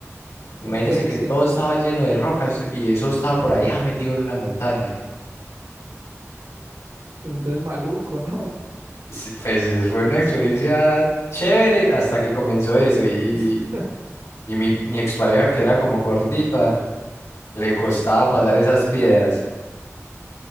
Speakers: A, on the right; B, on the left.
A: no
B: Imagínense
A: puede
B: que
A: ser.
B: todo estaba lleno de rocas y eso estaba por ahí ah, metido en una montaña.
A: Pero entonces maluco, ¿no?
B: Sí, Pues eh, fue una experiencia chévere hasta que comenzó eso y,
A: <laughs>
B: y mi, mi expareja que era como gordita, le costaba pasar esas piedras.